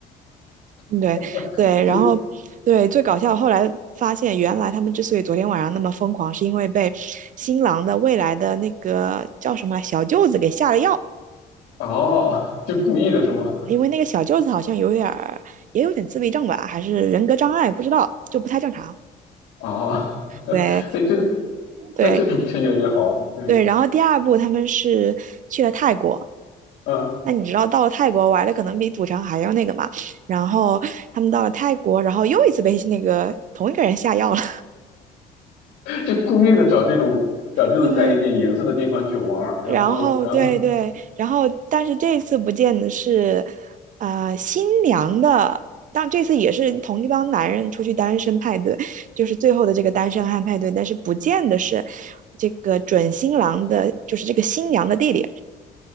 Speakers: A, on the right; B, on the left.
A: <laughs>
B: <laughs>
A: 对对，
B: 这
A: 然后对最搞笑，后来发现原来他们之所以昨天晚上那么疯狂，是因为被新郎的未来的那个叫什么来小舅子给下了药。
B: 哦，就故意的是吗？
A: 因为那个小舅子好像有点儿，也有点自闭症吧，还是人格障碍，不知道，就不太正常。
B: 哦，<laughs>
A: 对
B: 对，这个
A: 对
B: 但这种这就特别好玩，对，
A: 对，然后第二部他们是去了泰国，
B: 嗯，
A: 那你知道到了泰国玩的可能比赌城还要那个嘛？然后他们到了泰国，然后又一次被那个同一个人下药了。
B: 就故意的找这种找这种带一点颜色的地方去玩儿，
A: <laughs> 对
B: 然后然后
A: 然后对对，然后但是这次不见的是，呃，新娘的，但这次也是同一帮男人出去单身派对，就是最后的这个单身汉派对，但是不见的是这个准新郎的，就是这个新娘的弟弟。